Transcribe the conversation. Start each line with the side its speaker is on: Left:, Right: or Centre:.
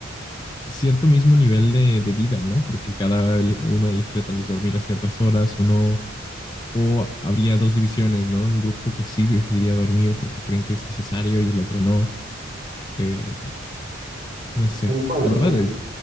Left: Cierto mismo nivel de, de vida, ¿no? Porque cada ele- uno elegiría tal vez dormir a ciertas horas o no O habría dos divisiones, ¿no? Un grupo que sí decidiría dormir porque creen que es necesario y el otro no. Eh, no sé.
Right: tal cual,
Left: La
Right: o
Left: verdad
Right: sea, ju-
Left: es...